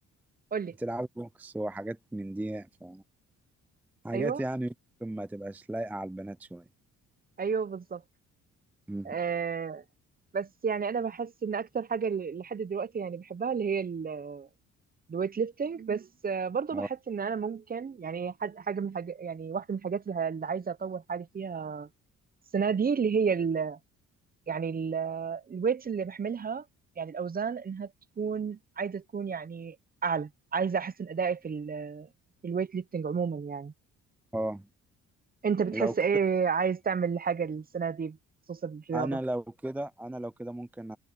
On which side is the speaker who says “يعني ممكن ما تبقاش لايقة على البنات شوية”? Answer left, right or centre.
Centre